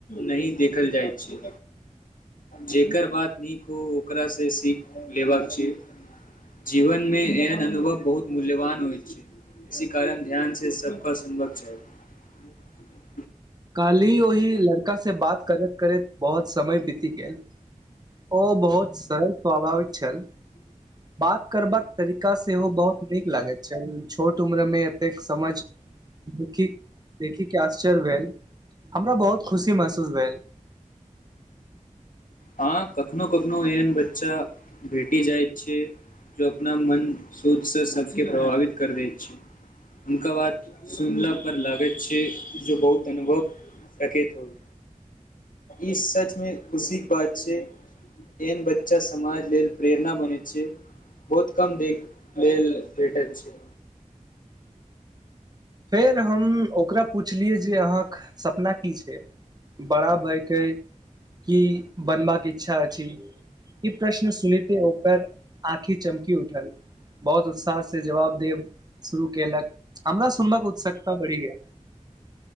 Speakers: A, on the left (about 85°); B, on the right (about 30°).
A: नहि देखल जाएत छै जेकर बात नीक होय ओकरासँ‌ सीख लेबाक छै जीवनमे एहन अनुभव बहुत मूल्यवान होइत छै इसी कारण ध्यानसँ। सभकेँ सुनबाक चाही।
B: काल्हि ओहि लड़कासँ बात करैत करैत बहुत। समय बीति गेल ओ बहुत सरल स्वाभाविक छल बात करबाक तरीका सेहो बहुत नीक लागैत छल छोट उम्रमे। एतेक समझ देखि देखिकेँ आश्चर्य भेल। छल। <unintelligible> हमरा बहुत खुशी। महसूस भेल।
A: हँ कखनो-कखनो एहन बच्चा भेटि जाइत छै जे अपना मन सोंचसँ सभकेँ प्रभावित कऽ दैत छै हुनकर बात सुनला पर लागैत छै जे बहुत अनुभव रखैत होइ ई सचमे खुशी। बात छै एहन बच्चा समाज लेल प्रेरणा बनैत छै बहुत कम देखैए लेल भेटैत छै।
B: फेर हम ओकरा पुछलियै जे अहाँक सपना की छै बड़ा भऽ केँ की बनबाक इच्छा अछि ई प्रश्न सुनिते ओकर। आंखि चमकि उठल। बहुत उत्साहसँ जवाब देब शुरू कएलक हमरा। सुनबाक उत्सुकता बढ़ि गेल।